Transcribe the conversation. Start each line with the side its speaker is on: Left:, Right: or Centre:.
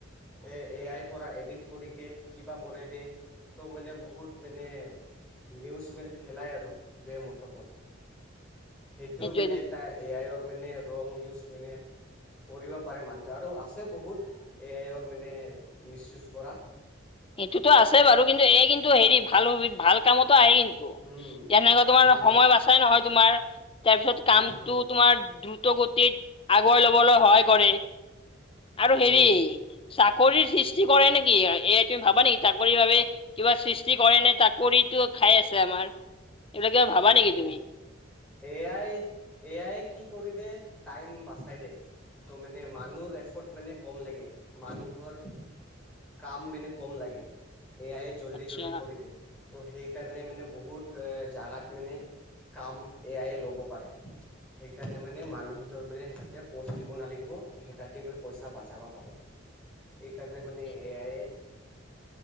Centre: এ এ আইৰ পৰা এডিট কৰি কে কিবা বনাই দে । ত' মানে বহুত মানে নিউজ মানে খেলাই আৰু বেয়া মতলবৰ। সেইটোও
Left: সেইটোৱেটো
Centre: মানে এটা এ আইৰ মানে ৰং ইউজ মানে কৰিব পাৰে মানুহটো, আৰু আছে বহুত এ আইৰ মানে মিচ ইউজ কৰা ।
Left: সেইটোতো আছে বাৰু। কিন্তু এ আই কিন্তু হেৰি ভাল- ভাল কামতো আহে কিন্তু ।
Centre: উম
Left: যেনেকুৱা তোমাৰ
Centre: উম
Left: সময় বাচাই নহয় তোমাৰ তাৰপিছত কামটো
Centre: উম হম
Left: তোমাৰ দ্ৰুত গতিত আগুৱাই লবলৈ হয় কৰে আৰু হেৰি
Centre: উম
Left: চাকৰিৰ সৃষ্টি কৰে নেকি এ আইত তুমি ভাবা নেকি চাকৰিৰ বাবে কিবা সৃষ্টি কৰে নে চাকৰিটো খাই আছে আমাৰ? এইবিলাক কিবা ভাবা নেকি
Centre: উম,
Left: তুমি
Centre: এ আই -এ আইয়ে কি কৰি দে টাইম বাচাই দে। ত' মানে মানুহ এফৰ্ট মানে কম লাগে। মানুহৰ কাম মেনে কম লাগে। এয়াইয়ে জল্দি-
Left: আচ্ছা
Centre: জল্দি কৰি দে। তো সেইকাৰণে মানে বহুত জাগা মানে কাম এ আই এ লব পাৰে। সেইকাৰণে মানে মানুহিনতৰ মানে পষ্ট দিব নালাগিব সেই তাত দি মানে পইচা বাচাবা পাৰে।
Left: <inaudible>
Centre: এইকাৰনে মানে A I A